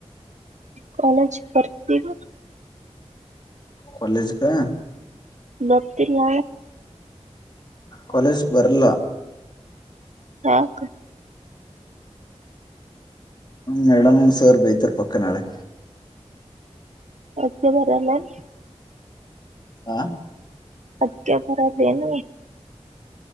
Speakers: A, on the right (about 80°); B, on the left (about 40°).
A: ಕಾಲೇಜ ಭರ್ತಿರ
B: ಕಾಲೇಜ್ ಕ
A: ಬರ್ತಿಲ್ಲ
B: ಕಾಲೇಜ್ ಬರ್ಲ
A: ಯಾಕ್
B: ಮೇಡಂ ಸರ್ ಬೈತಾರೆ ಪಕ್ಕ ನಾಳೆ
A: ಅದ್ಕೆ ಬರಲ್ಲ ಏನ್
B: ಹಾ
A: ಅದಕ್ಕೆ ಬರೋಲ್ಲೇನ